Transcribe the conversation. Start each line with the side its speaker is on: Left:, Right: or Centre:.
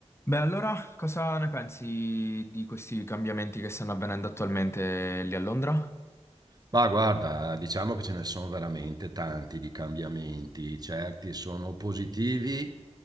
Left: Beh, allora cosa ne pensi di questi cambiamenti che stanno avvenendo attualmente lì a Londra?
Right: Ma guarda, diciamo che ce ne sono veramente tanti di cambiamenti, certi sono positivi,